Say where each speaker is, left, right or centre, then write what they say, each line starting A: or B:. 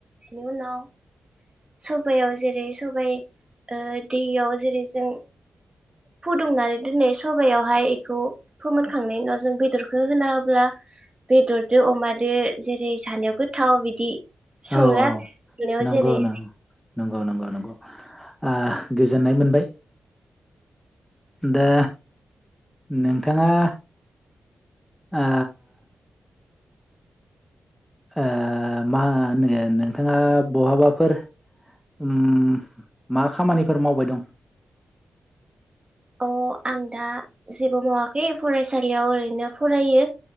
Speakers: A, on the right (about 25°); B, in the centre.
A: उनाव सबयाव जेरै सबाइ दैयाव जेरै जों फुदुंनानै दोनै सबयावहाय बेखौ फोमोनखांनायनि उनाव जों बेदरखौ होनाङोब्ला बेदरजो अमादो जेरै जानायाव गोथाव बिदि सङो
B: औ
A: आरो बेयाव
B: नंगौनो।
A: जेरै
B: नंगौ नंगौ नंगौ ओ गोजोननाय मोनबाय दा नोंथाङा आ आ मा होनो नोंथाङा बहाबाफोर उम मा खामानिफोर मावबाय दं?
A: अ आं दा जेबो मावाखै फरायसालियाव ओरैनो फरायो